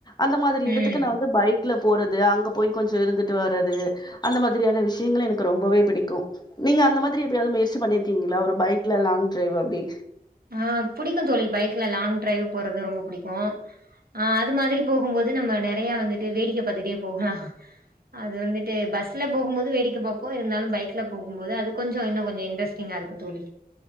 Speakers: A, on the left; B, on the right.
A: அந்த மாரி இடத்துக்கு
B: ம்
A: நா வந்து பைக் ல போறது அங்க போய் கொஞ்சோ இருந்துட்டு வர்றது அந்த மாதிரியான விஷயங்கள் எனக்கு ரொம்பவே பிடிக்கு நீங்க அந்த மாதிரி எப்பயாவது முயற்சி பண்ணிருக்கீங்களா ஒரு பைக்ல லாங் டிரைவ் அப்டி
B: ஆ புடிக்கு தோழி பைக்ல லாங் டிரைவ் போறது ரொம்ப பிடிக்கு ஆ அது மாரி போகும்போது நம்ம நெறைய வந்துட்டு வேடிக்க பாத்துட்டே போகலா அது வந்துட்டு பஸ்ல போகும் போது வேடிக்க பாப்போ இருந்தாலு பைக்ல போகும் போது அது கொஞ்சோ இன்னோ கொஞ்சோ இட்ரெஸ் டிங்க இருக்கு தோழி